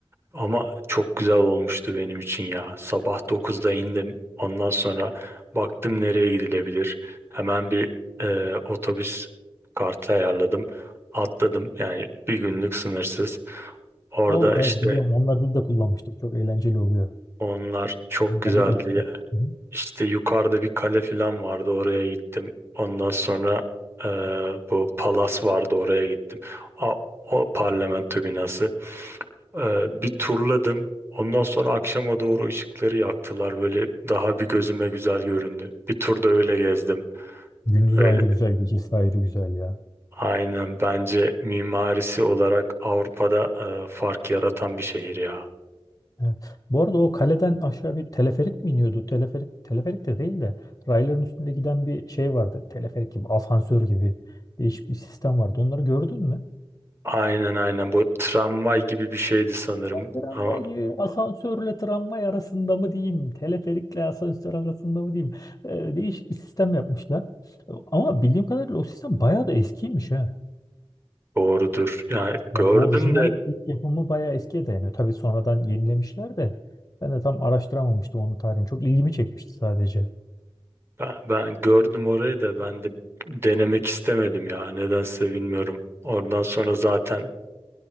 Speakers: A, on the right; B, on the left.
A: Ama çok güzel olmuştu benim için ya. Sabah dokuzda indim. Ondan sonra baktım nereye gidilebilir. Hemen bir e, otobüs kartı ayarladım. Atladım. Yani bir günlük sınırsız. Orada
B: O
A: işte
B: evet biliyorum onlar biz de kullanmıştık. Çok eğlenceli oluyor.
A: onlar çok
B: Bunlar
A: güzeldi.
B: da iyi.
A: ya.
B: Hı hı.
A: İşte yukarıda bir kale falan vardı. Oraya gittim. Ondan sonra e, bu palas vardı. Oraya gittim. A- o parlamento binası. Ee, bir turladım. Ondan sonra akşama doğru ışıkları yaktılar. Böyle daha bir gözüme güzel göründü. Bir turda öyle gezdim.
B: Gündüz
A: Öyle.
B: ayrı güzel, gecesi ayrı güzel ya.
A: Aynen bence mimarisi olarak Avrupa'da e, fark yaratan bir şehir ya.
B: Evet. Bu arada o kaleden aşağı bir teleferik mi iniyordu? Teleferik, teleferik de değil de rayların üstünde giden bir şey vardı. Teleferik gibi, asansör gibi değişik bir sistem vardı. Onları gördün mü?
A: Aynen aynen bu tramvay gibi bir şeydi sanırım.
B: Tramvay,
A: Ama
B: asansörle tramvay arasında mı diyeyim? Teleferikle asansör arasında mı diyeyim? Ee, değişik bir sistem yapmışlar. Ama bildiğim kadarıyla o sistem bayağı da eskiymiş ha.
A: doğrudur. Yani
B: Yani
A: gördüm
B: orijinal
A: de
B: ilk yapımı bayağı eskiye dayanıyor. Tabii sonradan yenilemişler de ben de tam araştıramamıştım onun tarihini. Çok ilgimi çekmişti sadece.
A: ben, ben gördüm orayı da ben de denemek istemedim ya. Nedense bilmiyorum. Oradan sonra zaten